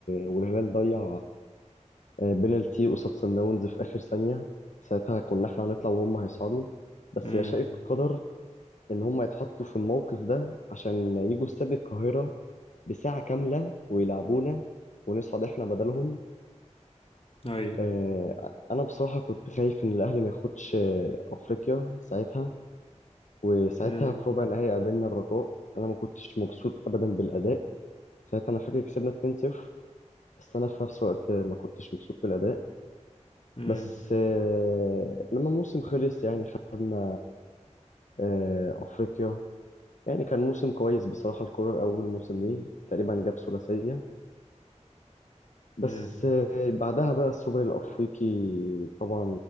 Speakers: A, on the left; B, on the left.
A: والهلال ضيع آه بينالتي قصاد سان داونز في آخر ثانية ساعتها كنا احنا هنطلع وهم هيصعدوا بس
B: امم
A: يشاء القدر إن هم يتحطوا في الموقف ده عشان يجوا استاد القاهرة بساعة كاملة ويلعبونا ونصعد احنا بدلهم
B: اي
A: آه، انا بصراحه كنت خايف ان الاهلي ما ياخدش آه، افريقيا ساعتها وساعتها
B: امم
A: في ربع النهائي قابلنا الرجاء انا ما كنتش مبسوط ابدا بالاداء ساعتها انا فاكر كسبنا 2-0 بس انا في نفس الوقت آه، ما كنتش مبسوط بالاداء
B: امم
A: بس آه، لما الموسم خلص يعني خدنا آه، افريقيا يعني كان موسم كويس بصراحه الكوره اول موسم ليه تقريبا جاب ثلاثيه بس
B: امم
A: آه، بعدها بقى السوبر الأفريقي طبعا